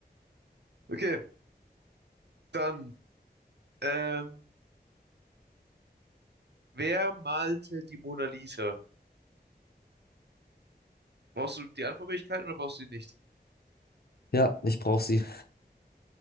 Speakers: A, on the right; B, on the left.
A: Okay, dann, ähm, wer malte die Mona Lisa? Brauchst du die Antwortmöglichkeiten oder brauchst du die nicht?
B: Ja, ich brauche sie.